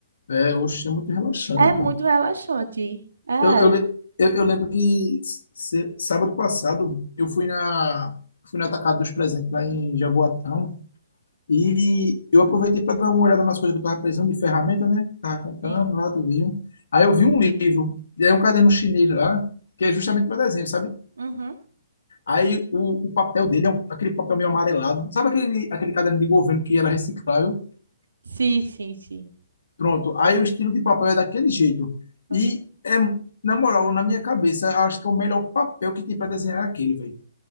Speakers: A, on the left; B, on the right.
A: É, oxe, é muito relaxante,
B: É
A: pô.
B: muito relaxante. É.
A: Eu, eu, le- eu, eu lembro que se- sábado passado eu fui na, fui na Atacado dos Presentes lá em Jaboatão e eu aproveitei para dar uma olhada nas coisas que eu estava precisando de ferramenta, né? Estava comprando
B: Sim.
A: lá tudinho. Aí eu vi um livro, e aí um caderno chinês lá, que é justamente para desenho, sabe?
B: Uhum.
A: Aí o, o papel dele é um- aquele papel meio amarelado. Sabe aquele, aquele caderno de governo que era reciclável?
B: Sim, sim, sim.
A: Pronto, aí o estilo de papel é daquele jeito.
B: Uhum,
A: E é, na moral, na minha cabeça, eu acho que é o melhor papel que tem para desenhar é aquele, velho.